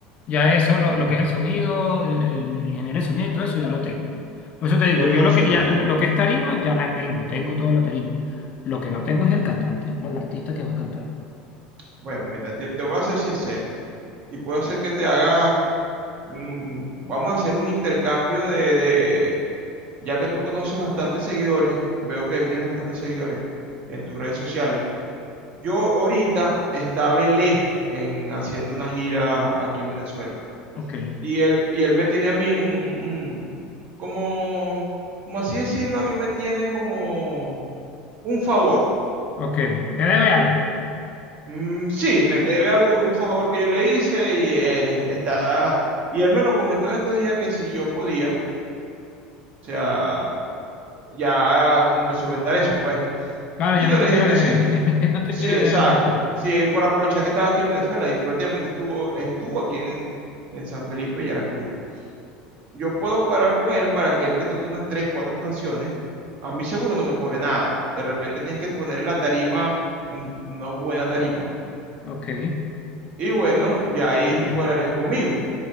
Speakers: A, on the left; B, on the right.
A: ya eso, lo, lo que es el sonido, el, el ingeniero de sonido y todo eso, ya lo tengo. Por eso te digo,
B: el
A: yo
B: uso
A: lo que,
B: y
A: ya,
B: todo.
A: lo que es tarima, ya la tengo, tengo toda la tarima. Lo que no tengo es el cantante o el artista que va a cantar.
B: Bueno, mira, yo te voy a ser sincero y puedo ser que te haga... mm, vamos a hacer un intercambio de, Ya que tú conoces bastantes seguidores, veo que tienes bastantes seguidores en tus redes sociales. Yo ahorita estaba Belé en, haciendo una gira aquí en Venezuela.
A: Ok,
B: Y él, y él me tiene a mí un, un- como, como así decirlo, a mí me tiene como un favor.
A: ok. ¿Te debe algo?
B: Mm, sí, me debe algo de un favor que yo le hice y eh, está... Y él me lo comentó en estos días que si yo podía, o sea, ya como que solventar eso, pues.
A: Claro,
B: Y
A: ya no
B: yo
A: te
B: le
A: quiero
B: dije que
A: deber.
B: sí.
A: <laughs> No te
B: Sí,
A: quiero
B: exacto.
A: deber más.
B: Sí, por aprovechar que estaba aquí en Venezuela y prácticamente estuvo, estuvo aquí en, en San Felipe de Yaracuy. Yo puedo cuadrar con él para que él te toque unas tres, cuatro canciones. A mí seguro no me cobre nada. De repente tienes que ponerle la tarima, un- una buena tarima.
A: Ok.
B: Y bueno, ya ahí
A: <clears throat>
B: tú cuadrarías conmigo.